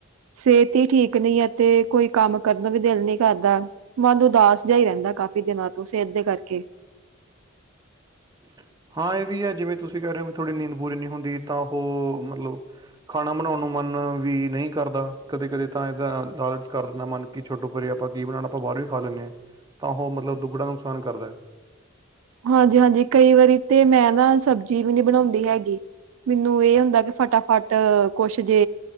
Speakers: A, on the right; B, on the right.
A: ਸਿਹਤ ਠੀਕ ਨਹੀਂ ਅਤੇ ਕੋਈ ਕੰਮ ਕਰਨ ਵੀ ਦਿਲ ਨਹੀਂ ਕਰਦਾ ਮਨ ਉਦਾਸ। ਜਿਹਾ ਹੀ ਰਹਿੰਦਾ ਕਾਫੀ ਦਿਨਾਂ ਤੋਂ ਫਿਰ ਅੱਧੇ ਕਰਕੇ
B: ਹੂੰ,,, ਹਾਂ ਇਹ ਵੀ ਆ ਜਿਵੇਂ ਤੁਸੀਂ ਕਹਿ ਰਹੇ ਹੋ ਥੋੜੀ ਨੀਂਦ ਪੂਰੀ ਨਹੀਂ ਹੁੰਦੀ ਤਾਂ ਉਹ ਮਤਲਬ ਖਾਣਾ ਬਣਾਉਣ ਨੂੰ। ਵੀ ਨਹੀਂ ਕਰਦਾ ਕਦੇ ਕਦੇ ਤਾਂ ਇਹਦਾ ਲਾਲਚ ਕਰ ਦਿੰਦਾ ਮਨ ਕੀ ਛੱਡੋ ਪਰੇ ਆਪਾਂ ਕੀ ਬਣਾਉਣਾ ਆਪਾਂ ਬਾਰੇ। ਖਾ ਲੈਦੇ ਆ ਤਾਂ ਉਹ ਮਤਲਬ ਦੁਗਣਾ ਨੁਕਸਾਨ ਕਰਦਾ।
A: ਹਾਂਜੀ ਹਾਂਜੀ ਕਈ ਵਾਰੀ ਤੇ ਮੈਂ ਨਾ ਸਬਜੀ ਵੀ ਨਹੀਂ ਬਣਾਉਂਦੀ ਹੈਗੀ ਮੈਨੂੰ ਇਹ ਹੁੰਦਾ ਕਿ ਫਟਾਫਟ ਕੁਛ ਜੇ